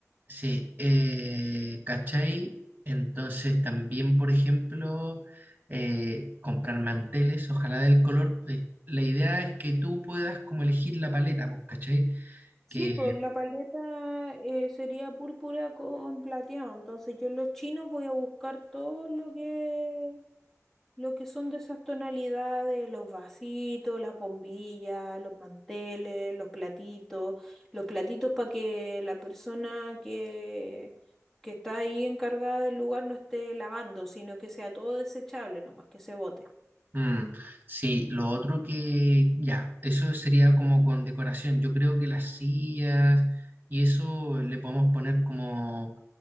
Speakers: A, on the right (about 30°); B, in the centre.
A: Sí, eh, ¿cachai? Entonces también, por ejemplo, eh, comprar manteles, ojalá del color. eh, la idea es que tú puedas como elegir la paleta, pues, ¿cachai?
B: Sí,
A: Que,
B: pues la paleta eh, sería púrpura con plateado, entonces yo en los chinos voy a buscar todo lo que Lo que son de esas tonalidades, los vasitos, las bombillas, los manteles, los platitos, los platitos para que la persona que, que está ahí encargada del lugar no esté lavando, sino que sea todo desechable nomás, que se bote.
A: mm, sí, lo otro que, ya, eso sería como con decoración. Yo creo que las sillas y eso le podemos poner como,